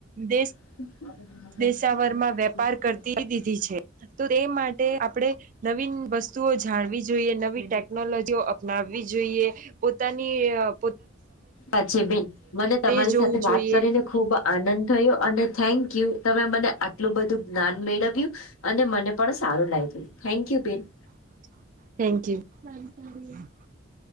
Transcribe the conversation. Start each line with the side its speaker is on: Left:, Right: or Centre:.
Right: દેશ
Left: <inaudible>
Right: દેશાવરમાં વેપાર કરતી છે તો તે માટે આપણે નવીન વસ્તુઓ જાડવી જોઈએ નવી ટેકનોલોજીઓ અપનાવવી જોઈએ. પોતાની અ
Left: સાચે બેન મને તમારી
Right: તે જોવું
Left: સાથે વાત
Right: જોઈએ
Left: કરીને ખુબ આનંદ થયો અને થેન્ક યુ. તમે મને આટલું બધું જ્ઞાન મેળવ્યું અને મને પણ સારું લાગ્યું થેન્ક યુ બેન.
Right: થેંક્યું.